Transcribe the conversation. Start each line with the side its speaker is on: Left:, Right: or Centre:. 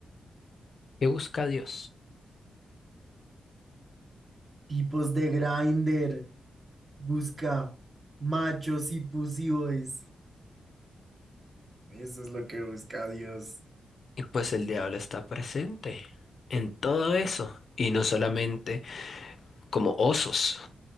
Left: ¿Qué busca Dios?
Right: Tipos de grinder busca machos y pussyboys. Eso es lo que busca Dios.
Left: Y pues el diablo está presente en todo eso, y no solamente como osos,